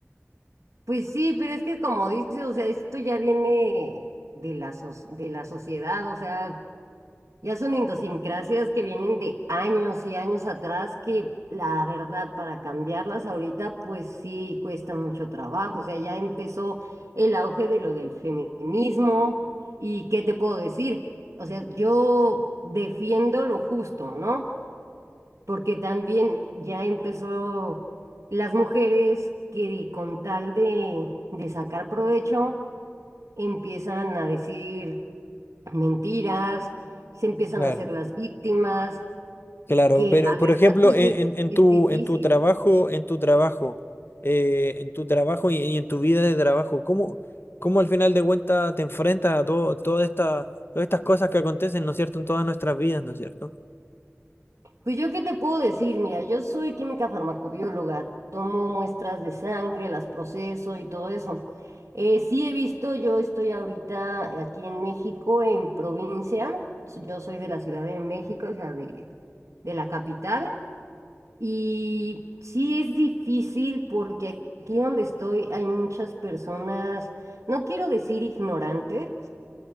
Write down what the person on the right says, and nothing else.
pues sí, pero es que como dices, o sea, esto ya viene de la, soc- de la sociedad, o sea, ya son idiosincrasias que vienen de años y años atrás que la verdad para cambiarlas ahorita pues sí cuesta mucho trabajo, o sea, ya empezó el auge de lo del feminismo y ¿qué te puedo decir? O sea, yo defiendo lo justo, ¿no? porque también ya empezó las mujeres que con tal de, de sacar provecho empiezan a decir mentiras, se empiezan
a hacer las víctimas,
que
la
verdad
pues
es,
es
difícil.
Pues yo qué te puedo decir, mira, yo soy química farmacobióloga, tomo muestras de sangre, las proceso y todo eso. Eh, sí he visto, yo estoy ahorita aquí en México, en provincia, s- yo soy de la Ciudad de México, o sea, de, de la capital, y sí es difícil porque aquí donde estoy hay muchas personas, no quiero decir ignorantes,